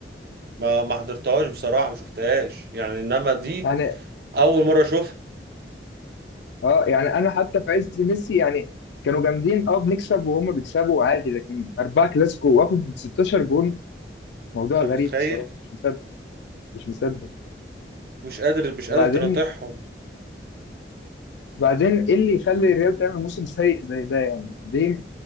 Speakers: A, on the right; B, on the left.
A: ما ما حضرتهاش بصراحة ما شفتهاش يعني انما دي
B: يعني
A: اول مرة اشوفها
B: اه يعني انا حتى في عز ميسي يعني كانوا جامدين اه بنكسب وهم بيكسبوا عادي لكن اربعه كلاسيكو واخد 16 جون موضوع
A: انت متخيل؟
B: غريب بصراحه مش مصدق مش مصدق
A: مش قادر مش
B: بعدين
A: قادر تناطحهم
B: بعدين ايه اللي يخلي الريال تعمل موسم سيء زي ده يعني ليه